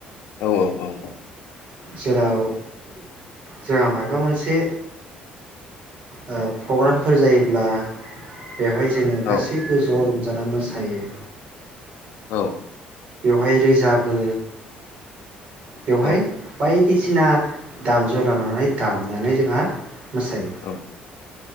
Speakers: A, on the left (about 80°); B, on the right (about 40°).
A: औ औ औ
B: जेराव जोंहा माबा मोनसे ओ प्रग्रामफोर जायोब्ला बेवहाय जोङो
A: औ
B: गासैबो ज' जाना मोसायो
A: औ
B: बेवहाय रोजाबो बेवहाय
A: औ
B: बाय सिना दामजु लानानै दामनानै जोंहा मोसायो
A: औ